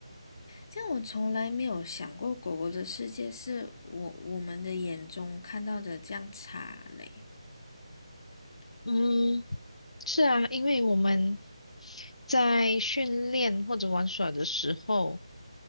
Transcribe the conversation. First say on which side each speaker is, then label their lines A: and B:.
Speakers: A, on the left (about 40°); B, on the left (about 80°).
A: 这样我从来没有想过狗狗的世界是我我们的眼中看到的这样差嘞。
B: 嗯。是啊，因为我们在训练或者玩耍的时候，